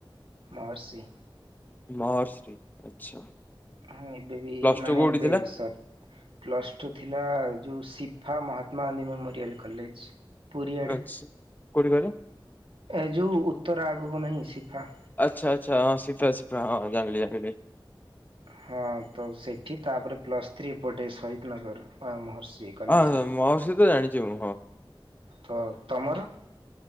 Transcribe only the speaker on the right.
ମହର୍ଷି।
ହଁ ଏବେ ବି
ମାନେ
ଏବେ
ସରି। ପ୍ଲସ୍ ଟୁ ଥିଲା ଯୋଉ ସିଫା ମହାତ୍ମାଗାନ୍ଧୀ ମେମୋରିଆଲ୍ କଲେଜ। ପୁରୀ ଆଡ଼େ
ଏ ଯୋଉ ଉତ୍ତରା ଆଗକୁ ନାହିଁ ସିଫା।
ହଁ ତ ସେଠି ତାପରେ ପ୍ଲସ୍ ଥ୍ରୀ ଏପଟେ ସହିଦନଗର ଅଁ ମହର୍ଷି କଲେଜରେ।
ତ ତମର